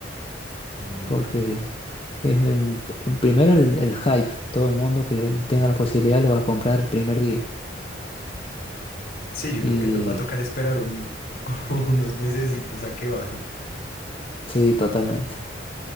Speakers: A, on the left (about 55°); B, on the left (about 30°).
A: También
B: porque
A: lo creo.
B: es el, el primero el, el hype. Todo el mundo que tenga la posibilidad lo va a comprar el primer día.
A: Sí, yo
B: Y...
A: creo que to- va a tocar esperar un, <laughs> unos mesecitos a que baje
B: Sí, totalmente.